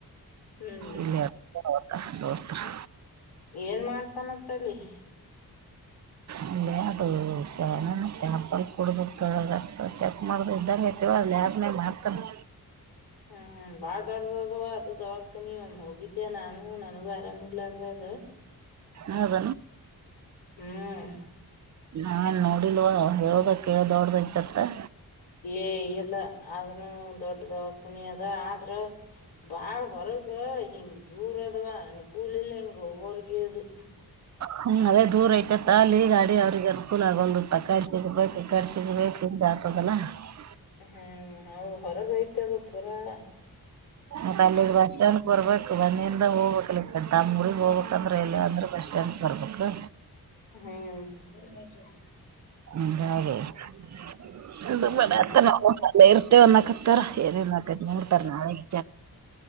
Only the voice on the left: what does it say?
ಹ್ಮ್
<inaudible>
ಏನ್ ಮಾಡ್ತಾನಂತಲಿ <inaudible>
<inaudible> ಹ್ಮ್ ಬಾಳ್ ದೊಡ್ಡ್ದದವ ಅದು ದವಕನೀ ಹೋಗಿದ್ಯಾ ನಾನು ನನಗೂ ಆರಾಮಿಲ್ಲ ಅ ಹಾ
ಹ್ಮ್
ಏ ಇಲ್ಲ ಅದನು ದೊಡ್ಡದ ಹತನಿ ಅದ ಆದ್ರ ಬಾಳ ಹೊರಗ ಹಿಂಗ ದೂರ ಅದ್ವಾ ಅನ್ಕೂಲ ಇಲ್ಲ ಹಿಂಗ ಹೋಗೋರ್ಗದು
ಹ್ಮ್ ಹ ಹೊರಗೈತದು ಪೂರಾವ
ಹ್ಮ್ <inaudible>
ಹ್ಮ್